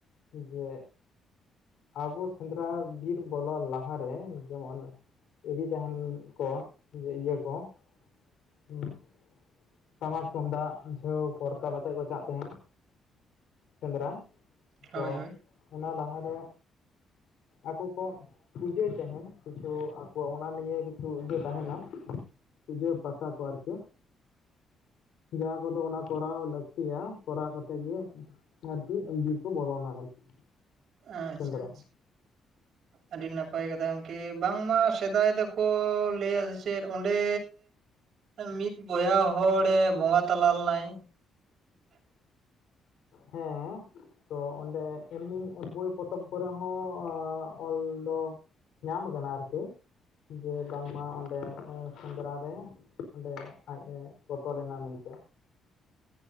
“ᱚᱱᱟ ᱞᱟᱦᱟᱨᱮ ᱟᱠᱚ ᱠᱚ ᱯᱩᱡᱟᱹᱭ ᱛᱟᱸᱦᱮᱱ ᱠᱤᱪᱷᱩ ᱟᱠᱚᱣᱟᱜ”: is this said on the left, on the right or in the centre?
Left